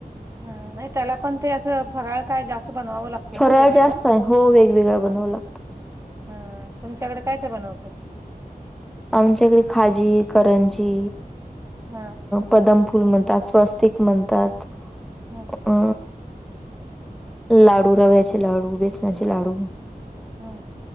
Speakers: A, on the right; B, in the centre.
A: हा नाय त्याला पण ते असं फराळ काय जा स्त बनवाव लागतो
B: फराळ
A: ना वेगवेगळ?
B: जास्त आहे हो वेगवेगळा बनवला
A: हा तुमच्याकडे काय काय बनवतात?
B: आमच्याहिकडं खाजी, करंजी
A: हा.
B: बदाम फूल म्हणतात स्वस्तिक म्हणतात.
A: हम्म.
B: अ लाडू रव्याचे लाडू, बेसनाचे लाडू
A: हम्म.